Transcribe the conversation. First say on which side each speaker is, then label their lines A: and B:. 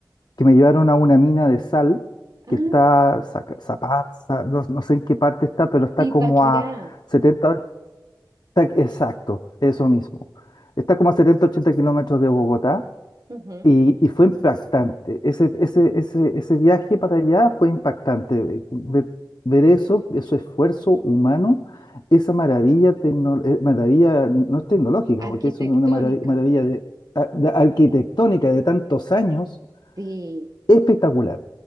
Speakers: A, on the left (about 65°); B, on the right (about 55°).
A: que me llevaron a una mina de sal
B: Ah,
A: que está, Zaca- Zapaz, Za- no, no sé en qué parte está, pero está
B: Tipaquirá.
A: como a 70, hor- está- exacto, eso mismo. Está como a 70, 80 kilómetros de Bogotá
B: Ujú.
A: y, y fue impactante. Ese, ese, ese, ese viaje para allá fue impactante. eh, Ver, ver eso, ese esfuerzo humano, esa maravilla, tecno- eh, maravilla no es tecnológica,
B: Arquitectónica.
A: porque es una marav- maravilla de- a- de arquitectónica de tantos años,
B: Sí.
A: espectacular.